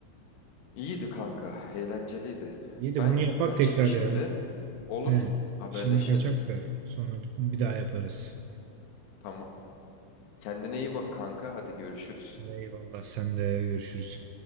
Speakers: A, on the left (about 70°); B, on the right (about 80°).
A: İyiydi kanka, eğlenceliydi.
B: İyi de
A: Ben
B: bunu yapak
A: kaçayım
B: tekrar
A: şimdi.
B: ya.
A: Olur,
B: He.
A: haberleşelim.
B: Şimdi kaçak da sonra bir bir daha yaparız.
A: Tamam. Kendine iyi bak kanka, hadi görüşürüz.
B: Eyvallah sen de görüşürüz.